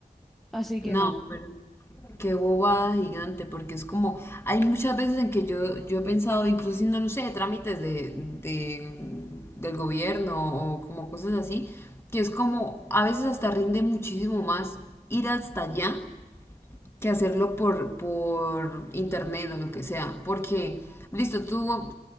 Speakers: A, in the centre; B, on the left.
A: Así que
B: No,
A: nada.
B: pero qué bobada gigante, porque es como, hay muchas veces en que yo, yo he pensado, incluso haciendo, no sé, trámites de, de- del gobierno o como cosas así, que es como, a veces hasta rinde muchísimo más ir hasta allá que hacerlo por, por internet o lo que sea. Porque, listo, tú